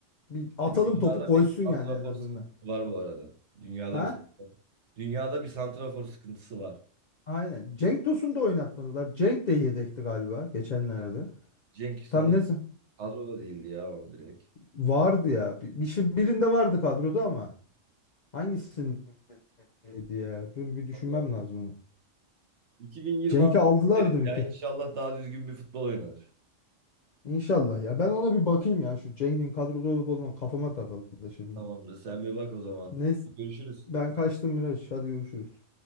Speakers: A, on the left; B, on the right.
A: Bir atalım
B: dünyada
A: topu koysun
B: bir
A: yani
B: santrafor
A: en azından.
B: sıkıntısı var bu arada. Dünyada
A: Ha?
B: bir santrafor, dünyada bir santrafor sıkıntısı var.
A: Aynen. Cenk Tosun'u da oynatmadılar. Cenk de yedekti galiba geçenlerde.
B: Cenk sanırım
A: Tam ne z-
B: kadroda değildi ya ama direkt.
A: vardı ya. Bir, bir, şey- birinde vardı kadroda ama hangisindeydi ya? Dur bir düşünmem
B: Vallahi. bu.
A: lazım onu.
B: 2026
A: Cenk'i aldılardı
B: deriz.
A: bir
B: Ya
A: kere.
B: inşallah daha düzgün bir futbol oynanır.
A: İnşallah ya. Ben ona bir bakayım ya. Şu Cengin kadroda olup olmadığı kafama takıldı şimdi.
B: Tamamdır. Sen bir bak o zaman.
A: Neyse
B: Görüşürüz.
A: ben kaçtım Miraç. Hadi görüşürüz.